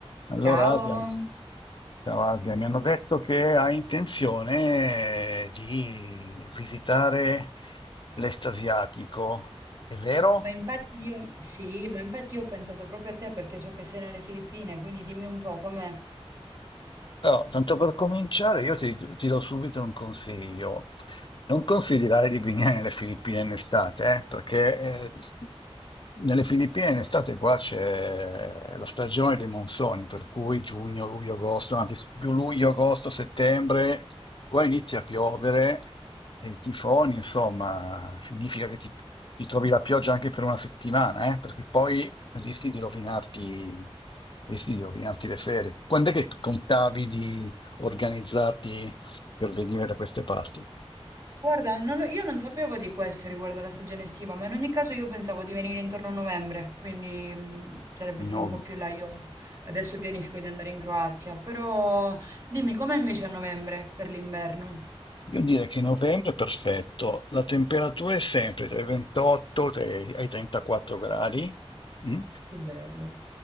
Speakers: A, on the left; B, on the right.
A: Allora,
B: Ciao,
A: Asia, ciao Asia, mi hanno detto che hai intenzione di visitare l'estasiatico, è vero?
B: ma infatti io, sì, ma infatti io ho pensato proprio a te perché so che sei nelle Filippine, quindi dimmi un po' com'è.
A: Allora, tanto per cominciare, io ti, ti do subito un consiglio. Non considerare di venire nelle Filippine in estate, eh, perché eh, nelle Filippine in estate qua c'è la stagione dei monsoni, per cui giugno, luglio, agosto, anzi più luglio, agosto, settembre, qua inizia a piovere e i tifoni, insomma, significa che ti, ti trovi la pioggia anche per una settimana, eh, perché poi rischi di rovinarti, rischi di rovinarti le ferie. Quando è che contavi di organizzarti per venire da queste parti?
B: Guarda, non lo- io non sapevo di questo riguardo alla stagione estiva, ma in ogni caso io pensavo di venire intorno a novembre, quindi mh, sarebbe stato
A: No.
B: un po' più là. Io adesso pianifico di andare in Croazia, però dimmi com'è invece a novembre per l'inverno?
A: Io direi che novembre è perfetto, la temperatura è sempre tra i 28 e i 34 gradi. mm?
B: Che bello.